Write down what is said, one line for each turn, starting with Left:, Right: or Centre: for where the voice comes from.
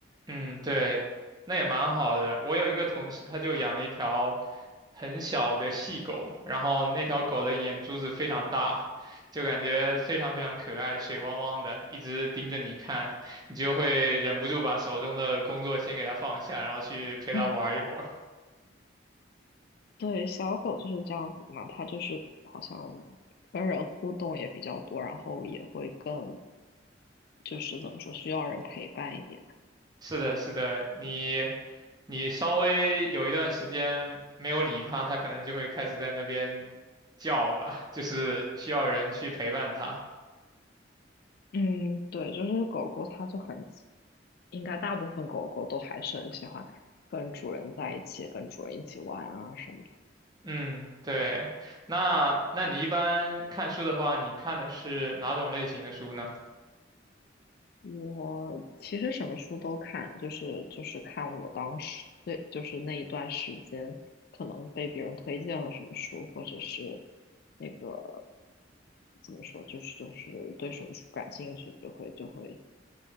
Right: 嗯，对，那也蛮好的。我有一个同事，他就养了一条很小的细狗，然后那条狗的眼珠子非常大，就感觉非常非常可爱，水汪汪的，一直盯着你看，你就会忍不住把手中的工作先给它放下，然后去陪它玩一会儿。
Left: <clears throat> 对，小狗就是这样子嘛，它就是好像跟人互动也比较多，然后也会更就是怎么说，需要人陪伴一点。
Right: 是的，是的，你你稍微有一段时间没有理它，它可能就会开始在那边叫吧，就是需要人去陪伴它。
Left: 嗯，对，就是狗狗它就很喜应该大部分狗狗都还是很喜欢跟主人在一起，跟主人一起玩啊什么的。
Right: 嗯，对。那那你一般看书的话，你看的是哪种类型的书呢？
Left: 我其实什么书都看，就是就是看我当时最就是那一段时间可能被别人推荐了什么书，或者是那个怎么说，就是就是对什么书感兴趣，就会就会